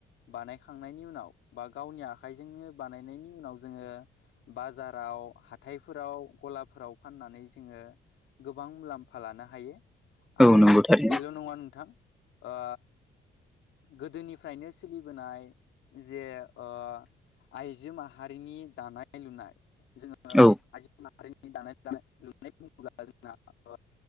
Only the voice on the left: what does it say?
बानायखांनायनि उनाव बा गावनि आखाइजोंनो बानायनायनि उनाव जोङो बाजाराव हाथायफोराव गलाफोराव फाननानै जोङो गोबां मुलाम्फा लानो हायो
आरो
बेल' नङा नोंथां ओ गोदोनिफ्रायनो सोलिबोनाय जे ओ आइजो माहारिनि दानाय लुनाय जोङो
आइजो माहारिनि दानाय दानाय लुनाय बुङोब्ला जोंना ओ